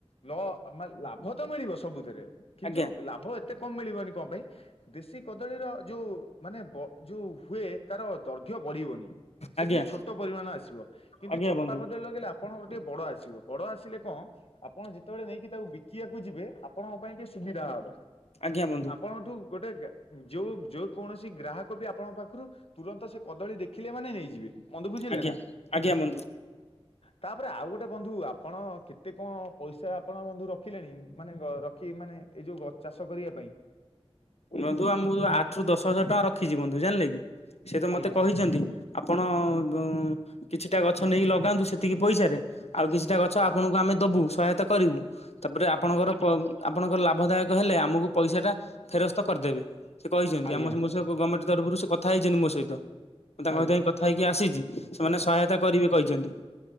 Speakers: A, on the left (about 70°); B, on the left (about 90°).
A: ଲ ଲାଭ ତ ମିଳିବ ସବୁଥିରେ କିନ୍ତୁ
B: ଆଜ୍ଞା
A: ଲାଭ। ଏତେ କମ ମିଳିବନି କଣ ପାଇଁ ଦେଶୀ କଦଳୀର ଯୋଉ ମାନେ ଯୋଉ ହୁଏ। ତାର ଦୈର୍ଘ୍ୟ ବଢିବନି ସେ
B: ଆଜ୍ଞା
A: ଟିକେ ଛୋଟ ପରିମାଣ ଆସିବ କିନ୍ତୁ
B: ଆଜ୍ଞା
A: ଚମ୍ପା
B: ବନ୍ଧୁ
A: କଦଳୀ ଲଗେଇଲେ ଆପଣଙ୍କ ଗୋଟେ ବଡ ଆସିବ ବଡ ଆସିବ। ଆ କଣ ଆପଣ ଯେତେବେଳେ ନେଇକି ତାକୁ ବିକିବାକୁ ଯିବେ ଆପଣଙ୍କ ପାଇଁ ଟିକେ ସୁବିଧା ହବ।
B: ଆଜ୍ଞା ବନ୍ଧୁ
A: ଆପଣଠୁ ଗୋଟେ ଯୋଉ ଯୋଉ କୌଣସି ଗ୍ରାହକ ବି ଆପଣଙ୍କ ପାଖରୁ ତୁରନ୍ତ ସେ କଦଳୀ ଦେଖିଲେ ମାନେ ନେଇଯିବେ। ବନ୍ଧୁ ବୁଝିଲେ
B: ଆଜ୍ଞା
A: ନା
B: ଆଜ୍ଞା ବନ୍ଧୁ
A: ତାପରେ ଆଉ ଗୋଟେ ବନ୍ଧୁ ଆପଣ କେତେ କଣ ପଇସା ଆପଣ ବନ୍ଧୁ ରଖିଲେଣି ମାନେ ରଖି ମାନେ ଏଇ ଯୋଉଛ ଚାଷ କରିବା ପାଇଁ?
B: ବନ୍ଧୁ ଆମକୁ ଯୋଉ ଆଠ ରୁ ଦଶ ହଜାର ଟଙ୍କା ରଖିଛି ବନ୍ଧୁ ଜାଣିଲେ କି? ସେ ତ ମତେ
A: ଆଜ୍ଞା।
B: କହିଛନ୍ତି ଆପଣ ଦୋ କିଛିଟା ଗଛ ନେଇ ଲଗାନ୍ତୁ ସେତିକି ପଇସାରେ ଆଉ କିଛିଟା ଗଛ
A: ଆଜ୍ଞା
B: ଆପଣଙ୍କୁ ଆମେ ଦବୁ ସହାୟତା କରିବୁ। ତାପରେ ଆପଣଙ୍କର
A: ଆଜ୍ଞା।
B: ଆପଣଙ୍କର ଲାଭଦାୟକ ହେଲେ ଆମକୁ ପଇସା ଟା ଫେରସ୍ତ କରିଦେବେ ସେ କହିଛନ୍ତି
A: ଆଜ୍ଞା
B: ଆମ ମ ସହି ଗଭର୍ଣ୍ଣମେଣ୍ଟ ତରଫରୁ ସେ କଥା ହେଇଛନ୍ତି ମୋ ସହିତ। ମୁଁ ତାଙ୍କ
A: ଆଜ୍ଞା
B: ସହିତ ପାଇଁ କଥା ହେଇକି ଆସିଛି। ସେମାନେ ସହାୟତା
A: ଆଜ୍ଞା
B: କରିବେ କହିଛନ୍ତି।